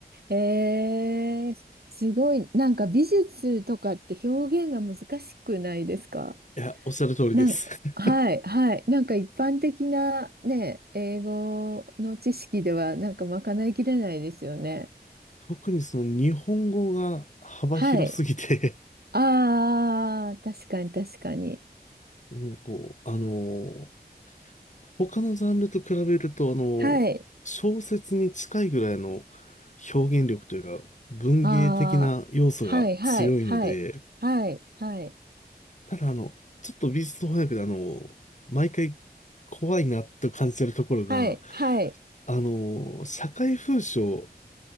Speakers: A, on the right; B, on the left.
A: えー、すごい、なんか美術とかって表現が難しくないですか
B: や、おっしゃる通りです。
A: なん、
B: <laughs>
A: はい、はい。なんか一般的なね、英語の知識ではなんかまかないきれないですよね。
B: 特にその日本語が幅広すぎて
A: はい。ああ、確かに確かに。
B: なんかこう、あの他のジャンルと比べると、あの小説に近いぐらいの
A: はい。
B: 表現力というか、文芸的な要素が強いので、
A: ああ、はいはいはいはいはい
B: ただあの、ちょっと美術翻訳であの毎回怖いなと感じてるところが、
A: はいはい
B: あの社会風刺を、